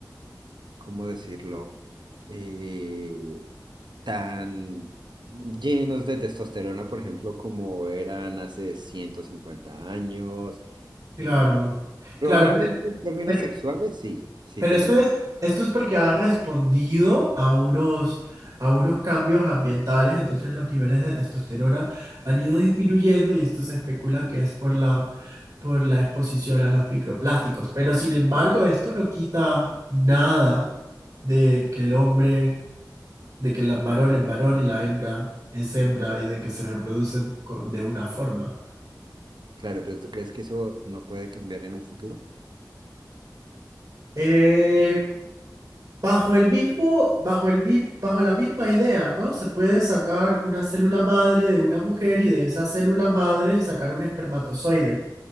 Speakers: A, on the right; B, on the right.
A: ¿cómo decirlo? Eh, tan llenos de testosterona, por ejemplo, como eran hace 150 años.
B: Claro,
A: Eh, probablemente
B: claro, Ah,
A: en términos
B: pero,
A: sexuales, sí, sí
B: Pero
A: tienes
B: esto
A: razón.
B: es, esto es porque ha respondido a unos, a unos cambios ambientales, entonces los niveles de testosterona han ido disminuyendo y esto se especula que es por la, por la exposición a los microplásticos. Pero sin embargo, esto no quita nada de que el hombre, de que el varón es varón y la hembra es hembra y de que se reproducen con- de una forma.
A: Claro, pero ¿tú crees que eso no puede cambiar en un futuro?
B: Eh, Bajo el mismo, bajo el, mi- bajo la misma idea, ¿no? Se puede sacar una célula madre de una mujer y de esa célula madre sacar un espermatozoide